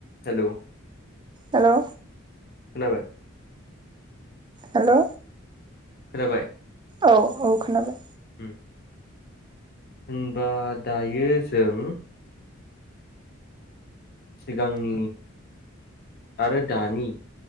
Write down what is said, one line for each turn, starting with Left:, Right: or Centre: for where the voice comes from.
Left: हेलौ।
Right: हेलौ।
Left: खोनाबाय?
Right: हेलौ।
Left: खोनाबाय?
Right: औ औ खोनाबाय।
Left: <unintelligible> होनबा दायो जों सिगांनि आरो दानि